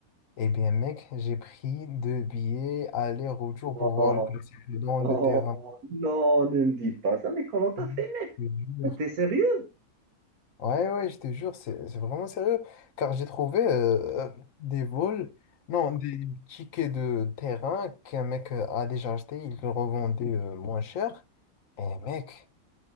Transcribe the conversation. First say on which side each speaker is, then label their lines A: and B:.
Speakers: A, on the left (about 65°); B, on the right (about 80°).
A: Eh bien, mec, j'ai pris deux billets aller-retour
B: Non,
A: pour voir le classico dans
B: non,
A: le terrain.
B: non, ne me dis pas ça, mais comment t'as
A: Je
B: fait,
A: te jure.
B: mec? T'es sérieux?
A: Ouais, ouais, je te jure, c'est c'est vraiment sérieux. Car j'ai trouvé euh, euh, des vols, non, des tickets de terrain qu'un mec euh, a déjà acheté, il le revendait euh, moins cher. Et mec,